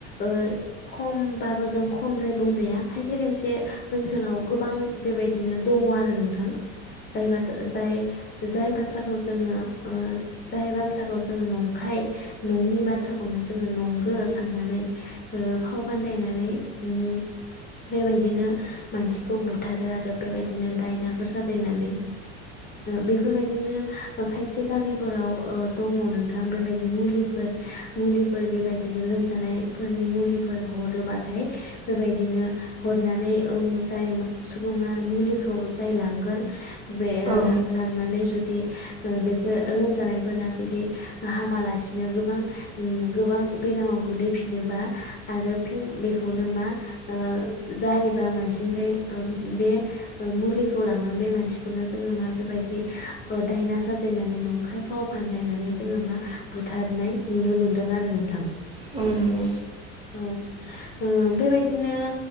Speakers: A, on the left; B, on the right.
A: ओ खमबाबो जों खमद्राय बुंजाया खायसे खायसे ओनसोलाव गोबां बेबायदिनो दङ आरो नोंथां जाय <unintelligible> जाय जाय बाथ्राखौ जोङो ओ जाय बाथ्राखौ जोङो नंखाय नङि बाथ्राखौनो जोङो नंगो साननानै ओ फाव फान्दायनानै उम बेबायदिनो मानसिखौ बुथारो आरो बेबायदिनो दायनाफोर साजायनानै बेफोरबायदिनो खायसे गामिफोराव ओ दङ नोंथां बेबायदिनो मुलिफोर मुलि फोर बेबायदिनो लोमजानायफोरनि मुलिफोर हरोबाथाय बेबायदिनो हरनानै ओम जाय सुबुङा मुलिखौ जाय लांगोन बे
B: औ
A: ला-लांनानै जुद बे ओ बेफोर लोमजानायफोरा जुदि हामालासिनो गोबां ओम गोबां बेरामाव गोलैफिनोबा आरो फिन बेखौनो मा ओ जायोबा मानसिनिफाय बे मुलिखौ लांना बे मानसिखौनो जोङो मा बेबायदि ओ दायना साजायनानै नंखाय फाव फानदायनानै जोङो मा बुथारनाय नुनो मोन्दों। नों आरो नोंथां
B: अ नंगौ।
A: औ ओ बेबायदिनो